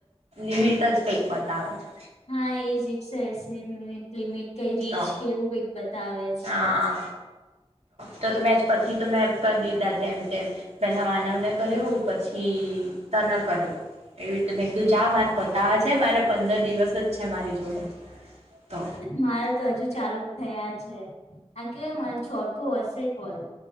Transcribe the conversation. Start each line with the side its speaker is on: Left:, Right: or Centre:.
Right: લિમિટ જ કંઈક બતાવે છે.
Left: હા એ જ એક સો એસી મિનિટ લિમિટ કઈ રીચ
Right: તો
Left: કે એવું કઈક બતાવે છે.
Right: હા તો મેં પછી તો મેં કરી દીધા જેમ તેમ. પેલા માનવને કર્યો પછી તને કર્યું. એવી રીતે મેં કીધું જા મારે પતાવે છે મારે પંદર દિવસ જ છે મારી જોડે તો.
Left: મારા તો હજુ ચાલુ જ થયા છે આ કેય મારે ચોથું હશે કોલ.